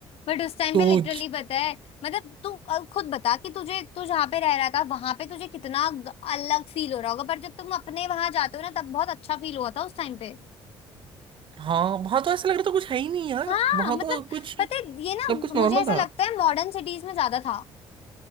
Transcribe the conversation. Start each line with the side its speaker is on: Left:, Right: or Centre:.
Left: But उस टाइम
Right: सोच
Left: पे लिटरली पता है मतलब तू अब खुद बता कि तुझे तू जहाँ पे रह रहा था वहां पे तुझे कितना ग- अलग फील हो रहा होगा पर जब तुम अपने वहां जाते हो ना तब बहुत अच्छा फील हुआ था उस टाइम पे
Right: हाँ वहां तो ऐसा लग रहा था कुछ है ही नहीं यार
Left: हाँ
Right: वहां
Left: मतलब
Right: तो कुछ
Left: पता है ये ना
Right: सब कुछ नॉर्मल
Left: मुझे ऐसा
Right: था
Left: लगता है मॉडर्न सिटीज में ज्यादा था